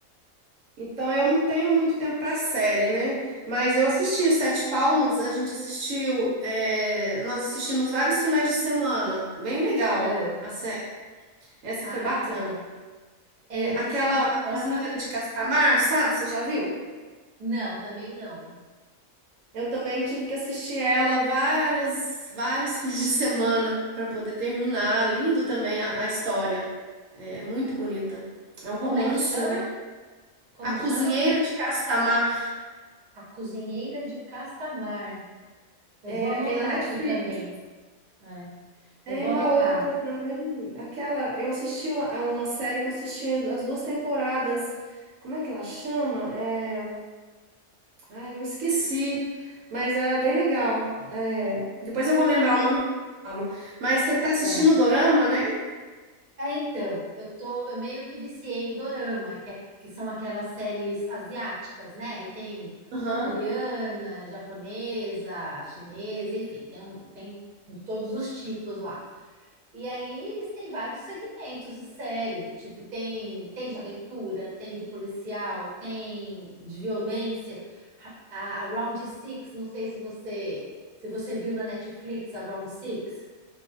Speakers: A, on the right (about 75°); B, on the right (about 40°).
A: então eu não tenho muito tempo para série, né? Mas eu assisti Sete Palmos, a gente assistiu, é, nós assistimos vários finais de semana, bem legal
B: ah,
A: a série. Essa
B: ah,
A: foi bacana.
B: que bom. É, eu preciso.
A: Aquela
B: Ela
A: cozinheira
B: tá. na-
A: de Castamar, sabe? Você já viu?
B: Não, também não.
A: Eu também tive que assistir ela vários, vários <laughs> fins de semana para poder terminar. Lindo também a, a história. É muito bonita. É um romance,
B: Como é que chama?
A: né?
B: Como
A: A Cozinheira
B: chama?
A: de Castamar.
B: A Cozinheira de Castamar. Eu
A: É,
B: vou anotar
A: tem na Netflix.
B: aqui também. É,
A: Tem
B: eu vou
A: uma
B: anotar.
A: outra também. Aquela. Eu assisti a uma série que eu assisti as duas temporadas. Como é que ela chama? É, Ai, eu esqueci, mas era bem legal. É, depois eu vou lembrar o nome e falo. Mas você tá assistindo
B: É.
A: o Dorama, né?
B: É, então, eu tô, eu meio que viciei em dorama, que, é- que são aquelas séries asiáticas, né? Aí tem
A: Aham.
B: coreana, japonesa, chinesa, enfim, tem, um- tem de todos os tipos lá. E aí eles têm vários segmentos de série, do tipo, tem, tem de aventura, tem de policial, tem de violência. A, a Round Six, não sei se você se você viu na Netflix a Round Six,